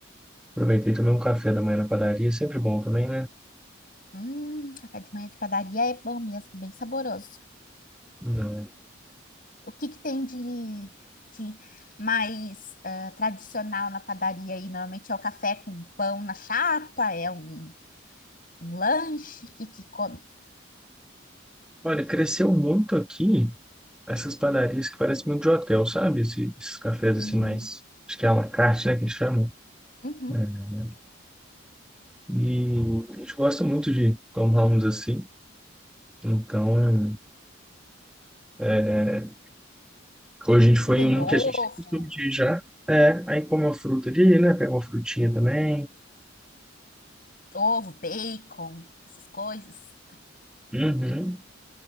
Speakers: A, in the centre; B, on the left (about 45°).
A: aproveitei também um café da manhã na padaria, sempre bom também, né?
B: Hum, café de manhã de padaria é bom mesmo, bem saboroso.
A: Não. né?
B: O que que tem de, de mais eh, tradicional na padaria aí? Normalmente é o café com pão na chapa, é um, um lanche, o que que come?
A: Olha, cresceu muito aqui essas padarias que parecem muito de hotel, sabe? Esse- Esses, cafés
B: Hum,
A: assim mais, acho que é à la carte, né, que eles chamam.
B: uhum.
A: É. E a gente gosta muito de tomar uns assim. Então, é, Hoje a gente foi
B: E tem
A: em um
B: ovo,
A: que a gente tem costume de ir já. É, aí come uma fruta ali, né? Pega uma frutinha também.
B: ovo, bacon, essas coisas.
A: Uhum.